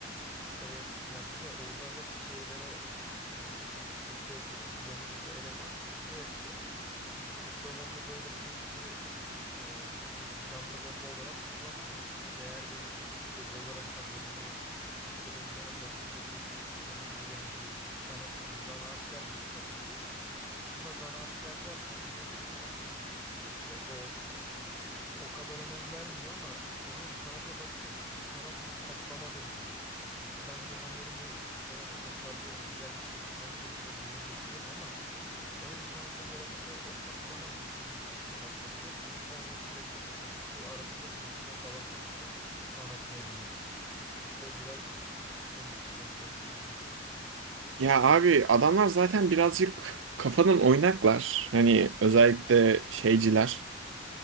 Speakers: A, in the centre; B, on the right.
A: Evet. Ya bir de orada hep şeylere e, tartışması da yapıyorlar. Bu yanındaki eleman kukla yapıyor. Hani kuklalarını böyle bunun gibi e, nasıl desem canlı bomba olarak kullanmıyor. Hepsine değer veriyor. Hepsini özel olarak hazırlıyor. İşte onlara bakıyor. Eksikliklerini gideriyor. Hani bir sanatçı, bir zanaatkar gibi çalışıyor. Buna zanaatkar derken diğeri de sanatçı gibi çalışıyor. İşte o o kadar önem vermiyor ama onun sanata bakış açısı sanat bir patlamadır diyor. Ben bu hamurumu evet tasarlıyorum, güzel bir şekilden şekile büründürtüyorum ama en sonunda yaratacağı o patlama benim için sanattır diyor. Bu yüzden hani sürekli bir ikisi arasında didişme falan var işte sanat ne diye. O biraz komik bir sohbetti, ilginç.
B: Ya abi adamlar zaten birazcık kafadan oynaklar. Hani özellikle şeyciler,